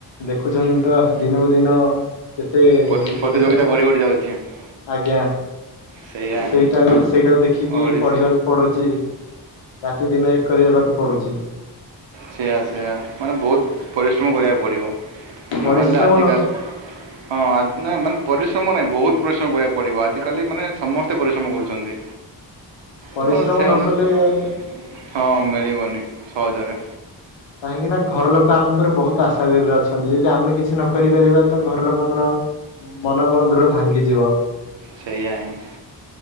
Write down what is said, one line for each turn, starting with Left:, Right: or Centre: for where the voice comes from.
Left: ଦେଖୁଛନ୍ତି ତ ଦିନକୁ ଦିନ କେତେ
Right: ପ୍ରତି- ପ୍ରତିଯୋଗିତା
Left: କେତେ
Right: <unintelligible>
Left: ଆଜ୍ଞା
Right: ସେଇଆ ହିଁ
Left: ସେଇଟା ସେଇଟା ଦେଖିକି
Right: ଓଡ଼ିଶା
Left: ପଢିବାକୁ ପଡୁଚି। ରାତିଦିନ ଏକ କରିବାକୁ ପଡ଼ୁଛି।
Right: ସେଇୟା ସେୟା ମାନେ ବହୁତ ପରିଶ୍ରମ କରିବାକୁ ପଡିବ
Left: ପରିଶ୍ରମ
Right: ନହେଲେ ଆଜିିକାଲି।
Left: ନ
Right: ହଁ, ନାଇଁ ମାନେ ପରିଶ୍ରମ ନାହିଁ ବହୁତ ପରିଶ୍ରମ କରିବାକୁ ପଡିବ ଆଜିକାଲି ମାନେ ସମସ୍ତେ ପରିଶ୍ରମ କରୁଛନ୍ତି।
Left: ପରିଶ୍ରମ
Right: ତ ସେ <unintelligible>
Left: ନ କଲେ
Right: ହଁ ମିଳିବନି ସହଜରେ।
Left: କାହିଁକି ନା ଘର ଲୋକ ଆମ ଉପରେ ବହୁତ ଆସେ <unintelligible> ଅଛନ୍ତି ଯଦି ଆମେ କିଛି ନ କରିପାରିବା ତ ଘର ଲୋକଙ୍କର ମନୋବଳ ଦୃଢ ଭାଙ୍ଗିଯିବ।
Right: ସେଇୟା ହିଁ।